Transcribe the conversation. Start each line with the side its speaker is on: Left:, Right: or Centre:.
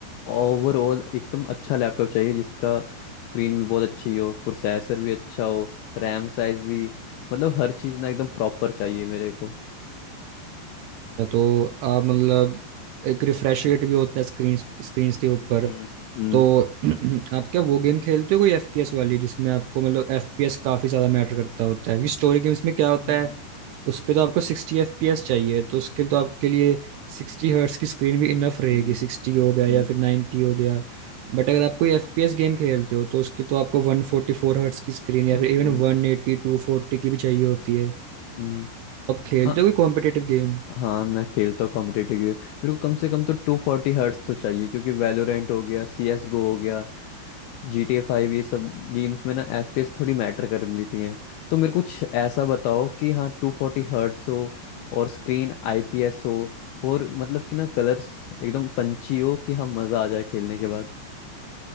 Left: ओवरऑल एकदम अच्छा लैपटॉप चाहिए जिसका स्क्रीन भी बहुत अच्छी हो प्रोसेसर भी अच्छा हो रैम साइज भी मतलब हर चीज़ ना एकदम प्रॉपर चाहिए मेरे को
Right: या तो आप मतलब एक रिफ्रेश रेट भी होता है स्क्रीन स्क्रीन के ऊपर
Left: हम्म हम्म
Right: तो <clears throat> आप क्या वो गेम खेलते हो कोई एफपीएस वाली जिसमें आपको मतलब एफपीएस काफी ज्यादा मैटर करता होता है क्योंकि स्टोरी गेम्स में क्या होता
Left: हम्म,
Right: है उस पे तो आपको सिक्सटी एफपीएस चाहिए तो उसके लिए तो आपके लिए सिक्सटी हर्ट्स की स्क्रीन भी इनफ रहेगी
Left: हम्म,
Right: सिक्सटी हो गया
Left: हम्म,
Right: या फिर 90 हो गया बट अगर आप कोई एफपीएस गेम खेलते हो तो उसके तो आपको वन फोर्टी फोर हर्ट्स की स्क्रीन या
Left: हाँ
Right: फिर even
Left: हम्म,
Right: one eighty two forty की भी चाहिए होती है
Left: हम्म।
Right: आप खेलते
Left: हाँ
Right: हो कोई कॉम्पिटेटिव गेम
Left: हाँ, मैं खेलता हूँ कॉम्पिटेटिव गेम मेरे को कम से कम तो टू फोर्टी हर्ट्स तो चाहिए क्योंकि वैलोरेंट हो गया सी एस गो हो गया जी टी ए फाइव ये सब गेम्स में ना एफ पी एस थोड़ी मैटर कर लेती हैं तो मेरे को कुछ ऐसा बताओ कि हाँ टू फोर्टी हर्ट्स हो और स्क्रीन आई पी एस हो और मतलब कि ना कलर्स एकदम पंची हो कि हाँ मज़ा आ जाए खेलने के बाद